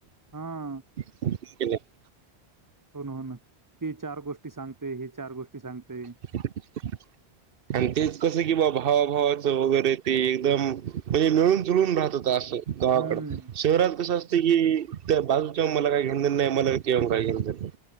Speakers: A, on the right (about 20°); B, on the right (about 60°).
A: हा.
B: <unintelligible>
A: हो, ना. हो, ना. ती चार गोष्टी सांगतय. ही चार गोष्टी सांगतय.
B: <inaudible> अन् तेच कसं कि बा भावाभावाचं वगैरे ते एकदम, म्हणजे मिळून - जुळून राहतात. असं. गाव.
A: हम्म
B: शहरात कसं अस त की, त्या बाजूच्या मला काही घेण देणं नाही. मला तुझ्याहून काही घे नाही.